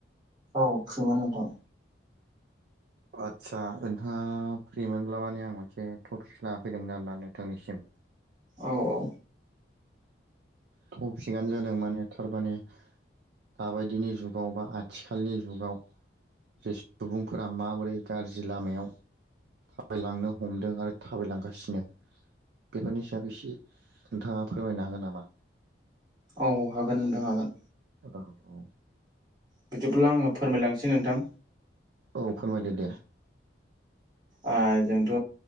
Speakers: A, on the right; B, on the right.
A: औ फ्रिमोन नोंथां।
B: आतसा नोंथाङा फ्रि मोनब्ला माने आं मोनसे थपिकसो लाना फैदोंमोन आरो ना नोंथांनिसिम।
A: औ औ।
B: थफिकआनो जादों माने थारमाने दाबायदिनि जुगाव बा आथिखालनि जुगाव जे सुबुंफोरा माबोरै गाज्रि लामायाव थाबायलांनो हमदों आरो थाबायलांगासिनो बेफोरनि सायाव इसे नोंथाङा फोरमायनो हागोन नामा?
A: औ हागोन नोंथां हागोन।
B: जागोन औ।
A: बिदिब्ला आङो फोरमायलांसै नोंथां
B: औ फोरमायदो दे।
A: ओ जोंथ'